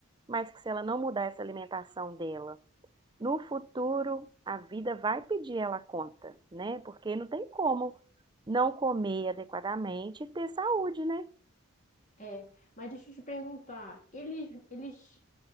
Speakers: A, on the right (about 20°); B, on the left (about 35°).
A: mas que se ela não mudar essa alimentação dela, no futuro a vida vai pedir ela conta, né? Porque não tem como não comer adequadamente e ter saúde, né?
B: É, mas deixa eu te perguntar, eles, eles